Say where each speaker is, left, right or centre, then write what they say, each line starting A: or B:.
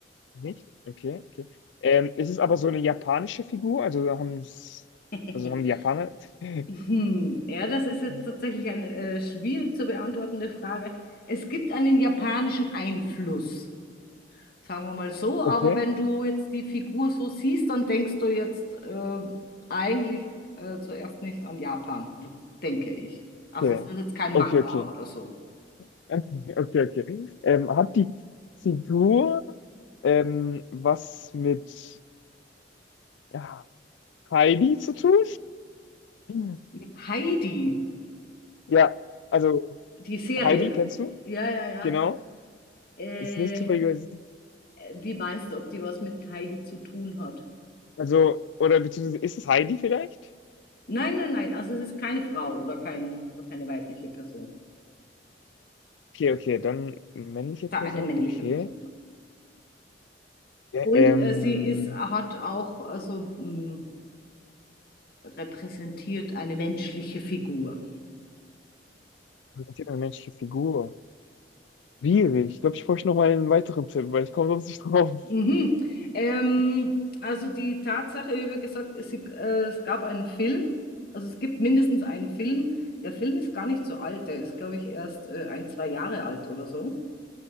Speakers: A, on the left; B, on the left.
A: Nicht? Okay, okay. Ähm, ist es aber so eine japanische Figur? Also haben es,
B: <laughs>
A: also haben die Japaner? <laughs>
B: Hm, Ja, das ist jetzt
A: Mhm.
B: tatsächlich eine äh, schwierig zu beantwortende Frage. Es gibt einen japanischen Einfluss. sagen wir mal so. Aber
A: Okay,
B: wenn du jetzt die Figur so siehst, dann denkst du jetzt äh, eigentlich äh, zuerst nicht an Japan, w- denke ich. Also
A: okay,
B: es ist jetzt kein
A: okay,
B: Manga
A: okay,
B: oder so.
A: <laughs> okay, okay. Ähm, hat die Figur ähm, was mit ja, Heidi zu tun? Hm.
B: Mit Heidi,
A: Ja, also
B: die Serie.
A: Heidi kennst du?
B: Ja, ja, ja.
A: Genau,
B: Äh,
A: ist nicht zufällig.
B: wie meinst du, ob die was mit Heidi zu tun hat?
A: Also, oder beziehungsweise ist es Heidi vielleicht?
B: Nein, nein, nein. Also es ist keine Frau oder kein, keine weibliche Person.
A: Okay, okay, dann männliche Person,
B: Da eine männliche
A: okay.
B: Person, ja.
A: Ja,
B: Und
A: ähm,
B: äh, sie ist, hat auch also, mh, repräsentiert eine menschliche Figur.
A: was ist denn eine menschliche Figur? Schwierig. Ich glaube, ich brauche noch mal einen weiteren Tipp, weil ich komme sonst nicht drauf.
B: Mhm. Ähm,
A: <laughs>
B: also die Tatsache, ich habe ja gesagt, es, äh, es gab einen Film, also es gibt mindestens einen Film. Der Film ist gar nicht so alt, der ist, glaube ich, erst äh, ein, zwei Jahre alt oder so.